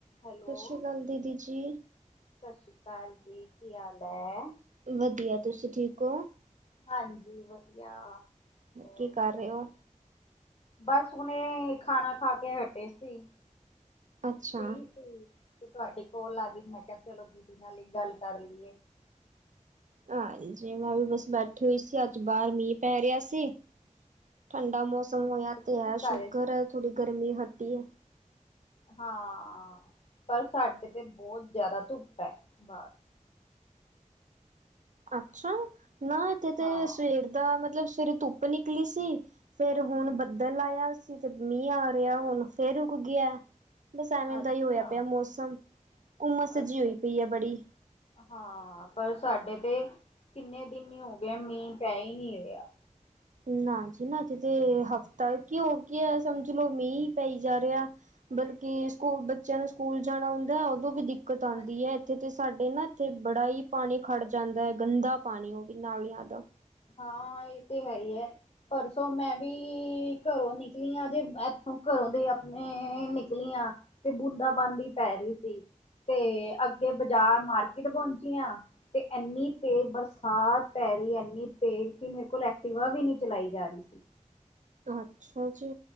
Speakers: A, on the left (about 50°); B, on the right (about 70°).
A: ਹੈਲੋ
B: ਸਤਿ ਸ਼੍ਰੀ ਅਕਾਲ ਦੀਦੀ ਜੀ
A: ਸਤਿ ਸ਼੍ਰੀ ਅਕਾਲ ਜੀ ਕੀ ਹਾਲ ਹੈ।
B: ਵਧੀਆ ਤੁਸੀਂ ਠੀਕ ਹੋ
A: ਹਾਂਜੀ ਵਧੀਆ ਹੋਰ
B: ਕੀ ਕਰ ਰਹੇ ਹੋ
A: ਬਸ ਹੁਨੇ ਖਾਣਾ ਖਾ ਕੇ ਹਟੇ ਸੀ
B: ਅੱਛਾ,
A: ਫ੍ਰੀ ਸੀ ਤੇ ਤੁਹਾਡੀ ਕੋਲ ਆ ਗਈ, ਮੈਂ ਕਿਹਾ ਚਲੋ ਦੀਦੀ ਨਾਲ ਹੀ ਗੱਲ ਕਰ ਲਈਏ
B: ਹਾਂਜੀ ਮੈਂ ਵੀ ਬਸ ਬੈਠੀ ਹੋਈ ਸੀ, ਅੱਜ ਬਾਹਰ ਮੀਂਹ ਪੈ ਰਿਹਾ ਸੀ ਠੰਡਾ ਮੌਸਮ ਹੋਇਆ
A: ਤੁਸੀਂ
B: ਤੇ
A: ਕੀ
B: ਹੈ।
A: ਕਰ
B: ਸ਼ੂਕਰ
A: ਰਹੇ ਸੀ
B: ਹੈ। ਥੋੜੀ ਗਰਮੀ ਹਟੀ ਹੈ।
A: ਹਾਂ ਪਰ ਸਾਡੇ ਤੇ ਬੋਤ ਜ਼ਿਆਦਾ ਧੁੱਪ ਹੈ। ਬਾਹਰ
B: ਅੱਛਾ, ਨਾ ਇੱਥੇ ਤੇ
A: ਹਾਂ
B: ਸਵੇਰ ਦਾ ਮਤਲਬ ਸਵੇਰੇ ਧੁੱਪ ਨਿਕਲੀ ਸੀ ਫੇਰ ਹੁਣ
A: ਹਮ
B: ਬੱਦਲ ਆਇਆ ਸੀ, ਤੇ ਮੀਂਹ ਆ ਰੇਹਾ ਹੁਣ ਫੇਰ ਰੁਕ ਗਿਆ, ਬਸ ਐਵੇਂ
A: ਅੱਛਾ
B: ਦਾ ਹੀ ਹੋਇਆ ਪਿਆ ਮੌਸਮ ਉਮਸ
A: ਅੱਛਾ
B: ਜੀ ਹੋਈ ਪਈ ਹੈ। ਬੜੀ
A: ਹਾਂ ਪਰ ਸਾਡੇ ਤੇ ਕਿੰਨੇ ਦਿਨ ਹੀ ਹੋ ਗਏ, ਮੀਂਹ ਪੈ ਹੀ ਨਈ ਰਿਹਾ
B: ਨਾ ਜੀ ਨਾ ਹਜੇ ਤੇ ਹਫ਼ਤਾ ਕੀ ਹੋ ਗਿਆ, ਸਮਝ ਲੋਓ ਮੀਂਹ ਹੀ ਪਈ ਜਾ ਰਿਹਾ ਬਲਕਿ, ਸਕੂਲ ਬੱਚਿਆਂ ਨੂੰ ਸਕੂਲ ਜਾਣਾ ਹੁੰਦਾ, ਉਦੋਂ ਵੀ ਦਿੱਕਤ ਆਂਦੀ
A: ਹਾਂਜੀ
B: ਹੈ। ਇੱਥੇ ਤੇ ਸਾਡੇ ਨਾ, ਇੱਥੇ ਬੜਾ ਹੀ ਪਾਣੀ ਖੜ ਜਾਂਦਾ ਹੈ। ਗੰਦਾ ਪਾਣੀ ਉਹ ਵੀ ਨਾਲੀਆਂ ਦਾ
A: ਹਾਂ ਇਹ ਤੇ ਹੈ ਈ ਐਹ ਪਰਸੋਂ ਮੈਂ ਵੀ, ਘਰੋਂ ਨਿਕਲੀ ਹਾਂ ਜੇ ਇੱਥੋਂ ਘਰੋਂ ਦੇ ਆਪਣੇ ਨਿਕਲੀ ਹਾ ਤੇ ਬੂੰਦਾ ਬਾਂਦੀ ਪੈ ਰਈ ਸੀ। ਤੇ, ਅੱਗੇ ਬਾਜ਼ਾਰ ਮਾਰਕੀਟ ਪੋਂਚੀ ਆਂ ਤੇ ਏਨੀ ਤੇ ਬਰਸਾਤ ਪੈ ਰਹੀ ਐੰਨੀ ਤੇਜ਼ ਕਿ ਮੇਰੇ ਕੋਲ ਐਕਟੀਵਾ ਵੀ ਨਈ ਚਲਾਈ ਜਾ ਰਹੀ ਸੀ।
B: ਅੱਛਾ ਜੀ,